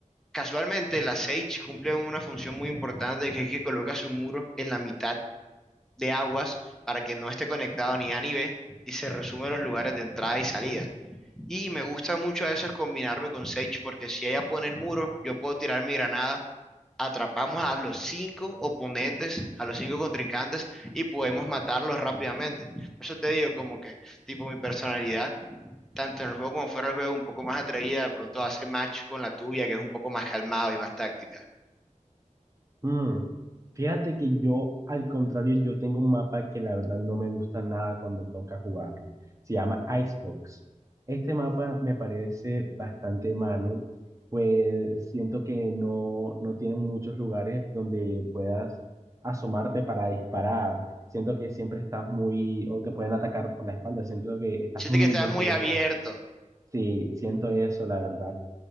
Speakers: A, in the centre; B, on the right.
A: casualmente la Sage cumple una función muy importante que es que coloca su muro en la mitad de aguas para que no esté conectado ni A ni B y se resume los lugares de entrada y salida. Y me gusta mucho a veces combinarme con Sage porque si ella pone el muro, yo puedo tirar mi granada, atrapamos a los cinco oponentes, a los cinco contrincantes y podemos matarlos rápidamente. Por eso te digo como que tipo mi personalidad, tanto en el juego como fuera del juego, un poco más atrevida, de pronto hace match con la tuya que es un poco más calmado y más táctica.
B: Mm, Fíjate que yo, al contrario, yo tengo un mapa que la verdad no me gusta nada cuando toca jugarlo. Se llama Icebox. Este mapa me parece bastante malo, pues siento que no, no tiene muchos lugares donde puedas asomarte para disparar. Siento que siempre estás muy, o te pueden atacar por la espalda. Siento que estás
A: Siente
B: muy
A: que estás
B: descubierto.
A: muy abierto.
B: Sí, siento eso, la verdad.